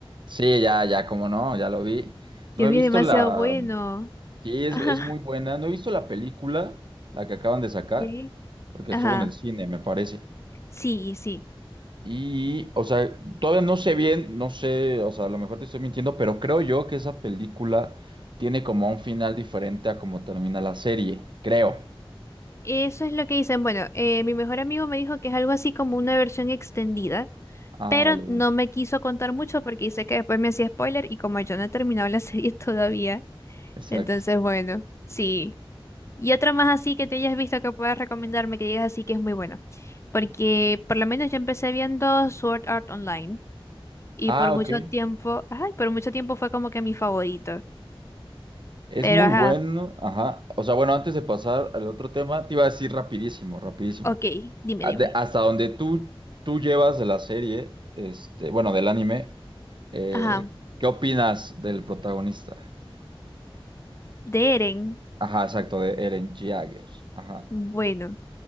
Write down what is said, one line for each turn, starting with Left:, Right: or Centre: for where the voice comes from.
Right: Sí, ya, ya, como no, ya lo vi. No
Left: Dios
Right: he
Left: mío,
Right: visto
Left: es demasiado
Right: la.
Left: bueno.
Right: Sí, es,
Left: Ajá.
Right: es muy buena. No he visto la película, la que acaban de sacar,
Left: Sí.
Right: porque
Left: Ajá.
Right: estuvo en el cine, me parece.
Left: Sí, sí.
Right: Y, o sea, todavía no sé bien, no sé, o sea, a lo mejor te estoy mintiendo, pero creo yo que esa película tiene como un final diferente a como termina la serie, creo.
Left: Eso es lo que dicen. Bueno, eh, mi mejor amigo me dijo que es algo así como una versión extendida.
Right: Ah,
Left: Pero
Right: vale, vale.
Left: no me quiso contar mucho porque dice que después me hacía spoiler y como yo no he terminado la <laughs> serie todavía,
Right: Exacto.
Left: entonces bueno, sí. Y otra más así que te hayas visto que puedas recomendarme, que digas así que es muy bueno. Porque por lo menos yo empecé viendo Sword Art Online y
Right: Ah,
Left: por mucho
Right: ok.
Left: tiempo, ay, por mucho tiempo fue como que mi favorito.
Right: Es
Left: Pero
Right: muy
Left: ajá,
Right: bueno. Ajá. O sea, bueno, antes de pasar al otro tema, te iba a decir rapidísimo, rapidísimo.
Left: ok, dime,
Right: a-
Left: dime.
Right: de- hasta donde tú, tú llevas de la serie, este, bueno, del anime, eh,
Left: Ajá,
Right: ¿qué opinas del protagonista?
Left: de Eren,
Right: Ajá, exacto, de Eren Jaeger. Ajá.
Left: bueno.